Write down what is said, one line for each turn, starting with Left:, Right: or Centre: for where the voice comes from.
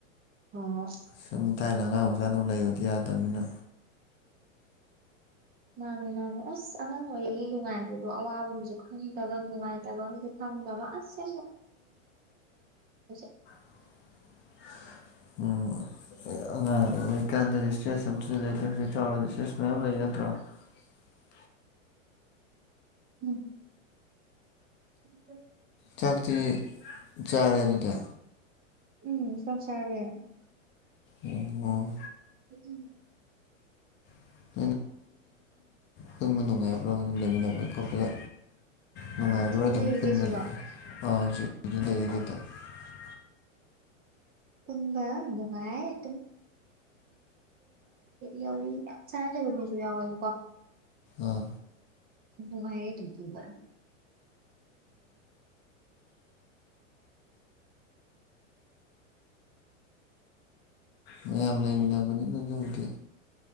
Right: ꯑ
Left: ꯁꯨꯝ ꯊꯥꯏꯅ ꯑꯉꯥꯡ ꯑꯣꯏꯒꯟꯗꯨ ꯑꯗꯨꯝ ꯂꯩꯕꯗꯤ ꯌꯥꯗꯕꯅꯤꯅ
Right: ꯃꯥꯅꯦ ꯃꯅꯦ ꯑꯁ ꯑꯉꯥꯡ ꯑꯣꯏꯔꯤꯉꯩ ꯅꯨꯡꯉꯥꯏꯕꯗꯣ ꯑꯋꯥꯕ ꯑꯝꯁꯨ ꯈꯪꯗꯕ ꯅꯨꯡꯉꯥꯏꯇꯕ ꯑꯃꯁꯨ <unintelligible>
Left: <unintelligible> ꯎꯝ <unintelligible> ꯅꯇꯔꯣ <unintelligible>
Right: ꯎꯝ ꯎꯝ
Left: ꯆꯥꯛꯇꯤ ꯆꯥꯔꯦ ꯑꯗꯨꯗ
Right: ꯎꯝ ꯆꯥꯛ ꯆꯔꯦ
Left: ꯎ ꯎꯝ
Right: <unintelligible>
Left: <unintelligible> ꯄꯨꯟꯕ ꯅꯨꯡꯉꯥꯏꯕ꯭ꯔꯥ ꯑꯗꯨꯝ ꯂꯩꯃꯤꯟꯅꯕ ꯈꯣꯠꯄꯗ ꯅꯨꯡꯉꯥꯏꯕ꯭ꯔꯥ
Right: ꯁꯤꯗ
Left: ꯑꯗꯨꯝ
Right: ꯂꯩꯔꯤꯈꯩꯁꯤꯔꯣ
Left: ꯄꯨꯟꯕ ꯂꯩ ꯑꯥ <unintelligible>
Right: ꯄꯨꯨꯡꯕ ꯏꯅꯨꯡꯉꯥꯏ ꯇꯨ ꯌꯥꯝ ꯆꯥꯅꯗꯕ ꯃꯤꯁꯨ ꯌꯥꯎꯏ ꯕꯥꯀꯣ
Left: ꯑꯥ
Right: ꯅꯨꯪꯉꯥꯏ ꯌꯦ ꯑꯗꯨ ꯄꯨꯕ
Left: ꯃꯌꯥꯝ ꯂꯩꯃꯤꯟꯅꯕꯅꯤꯅꯠꯇꯕꯨꯗꯤ